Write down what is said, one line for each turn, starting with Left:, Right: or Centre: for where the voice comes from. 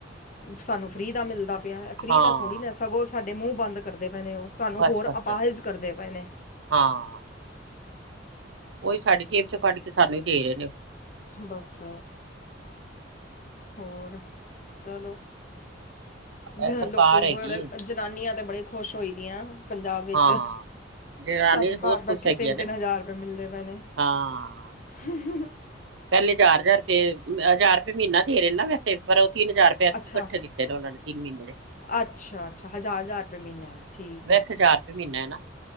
Left: ਸਾਨੂੰ ਫ੍ਰੀ ਦਾ ਮਿਲਦਾ ਪਿਐ ਫ੍ਰਰੀ
Right: ਹਾਂ,
Left: ਦਾ ਥੋੜ੍ਹੀ ਨਾ, ਸਗੋਂ ਸਾਡੇ ਮੂੰ ਬੰਦ ਕਰਦੇ ਪਏ ਨੇ ਓ, ਸਾਨੂੰ
Right: ਬਸ-ਬਸ,
Left: ਹੋਰ ਅਪਾਹਿਜ ਕਰਦੇ ਪਏ ਨੇ।
Right: ਹਾਂ। ਓਈ ਸਾਡੀ ਜੇਬ ਚੋਂ ਕੱਢ ਕੇ ਸਾਨੂੰ ਈ ਦੇ ਰੇ ਨੇ।
Left: ਬਸ। ਹੋਰ, ਚਲੋ, ਜ
Right: ਇਹ ਸਰਕਾਰ
Left: ਲੋਕੀ
Right: ਹੈਗੀ
Left: ਬੜੇ।
Right: ਏ,
Left: ਜਨਾਨੀਆਂ ਤੇ ਬੜੇ ਖੁਸ਼ ਹੋ ਦੀਆਂ। ਪੰਜਾਬ ਵਿੱਚ,
Right: ਹਾਂ। ਜਨਾਨੀ
Left: ਸਾਨੂੰ
Right: ਤੇ ਬਹੁਤ
Left: ਘਰ
Right: ਖੁਸ਼
Left: ਬੈਠੇ
Right: ਹੈਗੀ
Left: ਤਿੰਨ-ਤਿੰਨ
Right: ਆ ਨੇ
Left: ਹਜ਼ਾਰ ਰੁਪਏ ਮਿਲਦੇ ਪਏ ਨੇ।
Right: ਹਾਂ।
Left: ਹਮ-ਹਮ।
Right: ਪਹਿਲੇ ਹਜਾਰ-ਹਜ਼ਾਰ ਰੁਪਏ, ਹਜ਼ਾਰ ਰੁਪਏ ਮਹੀਨਾ ਦੇ ਰਹੇ ਨੇ ਨਾ ਵੈਸੇ, ਪਰ ਉਹ ਤਿੰਨ ਹਜ਼ਾਰ ਰੁਪਏ
Left: ਅੱਛਾ
Right: ਇਕੱਠੇ ਦਿੱਤੇ ਨੇ ਉਹਨਾਂ ਨੇ। ਤਿੰਨ ਮਹੀਨੇ ਦੇ
Left: ਅੱਛਾ- ਅੱਛਾ, ਹਜ਼ਾਰ -ਹਜ਼ਾਰ ਰੁਪਏ ਮਹੀਨਾ। ਠੀਕ
Right: ਵੈਸੇ
Left: ਹੈ।
Right: ਹਜ਼ਾਰ ਰੁਪਏ ਮਹੀਨਾ ਹੈ ਨਾ